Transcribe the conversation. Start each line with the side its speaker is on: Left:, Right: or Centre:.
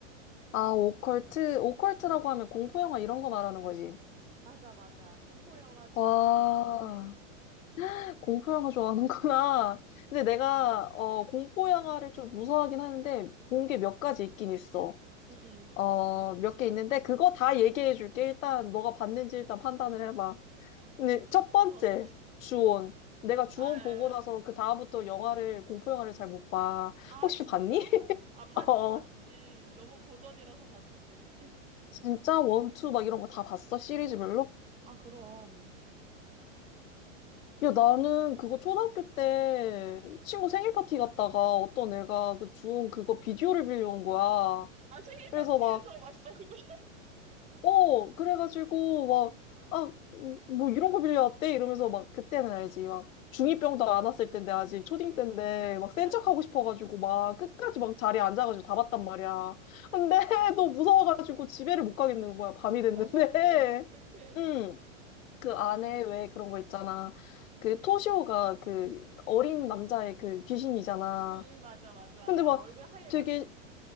Left: 아, 오컬트. 오컬트라고 하면 공포영화 이런 거 말하는 거지.
Right: 맞아, 맞아. 공포 영화 쪽을
Left: 와,
Right: 좀 좋아해.
Left: 공포영화 좋아하는구나. <laughs> 근데 내가, 어, 공포영화를 좀 무서워하긴 하는데, 본 게 몇 가지 있긴 있어.
Right: 응, 응.
Left: 어, 몇
Right: 추천해줘.
Left: 개 있는데, 그거 다 얘기해 줄게. 일단, 너가 봤는지 일단 판단을 해봐. 근데 첫 번째,
Right: 어,
Left: 주온. 내가 주온
Right: 아,
Left: 보고 나서 그 다음부터 영화를, 공포영화를 잘 못 봐.
Right: 아,
Left: 혹시
Right: 진짜?
Left: 봤니? <laughs>
Right: 아, 봤지,
Left: 어.
Right: 봤지. 너무 고전이라서 봤지.
Left: 진짜 원투 막 이런 거 다 봤어? 시리즈별로?
Right: 아, 그럼.
Left: 야, 나는 그거 초등학교 때 친구 생일 파티 갔다가 어떤 애가 그 준 그거 비디오를 빌려온 거야.
Right: 아, 생일
Left: 그래서
Right: 파티에서
Left: 막,
Right: 봤어, 그거. <laughs>
Left: 어, 그래가지고 막, 아, 음, 뭐 이런 거 빌려왔대? 이러면서 막 그때는 알지. 막 중2병도 안 왔을 텐데 아직 초딩 때인데 막 센
Right: 맞지?
Left: 척하고 싶어가지고 막 끝까지 막 자리에 앉아가지고 다 봤단 말이야. 근데 <laughs> 너 무서워가지고 집에를 못 가겠는 거야. 밤이 됐는데.
Right: 어머, 어머, 어머, 어떡해.
Left: <laughs> 응. 그 안에 왜 그런 거 있잖아. 그 토시오가 그 어린 남자의 그 귀신이잖아.
Right: 응, 응, 맞아, 맞아.
Left: 근데 막
Right: 얼굴 하얘가지고.
Left: 되게,